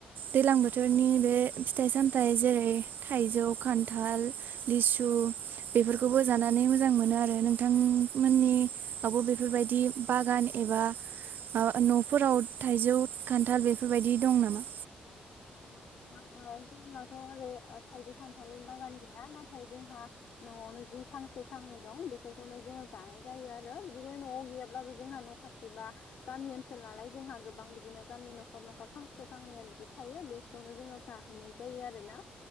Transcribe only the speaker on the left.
औ
औ
औ नोंथां ओ जोंनाथ' ओरै थाइजौ, खान्थालनि बागान गैया नाथाय जोंहा न'आवनो जि फांसे-फांनै दं बेफोरखौनो जोङो जानाय जायो आरो बिदिनो न'आव गैयाब्लाबो जोंहा न' खाथि बा गामि ओनसोल नालाय जोंहा गोबां बिदिनो गामि न'खर-न'खर फांसे फांनैया बिदि थायो बेावनो जोङो जाहैनाय जायो आरोना।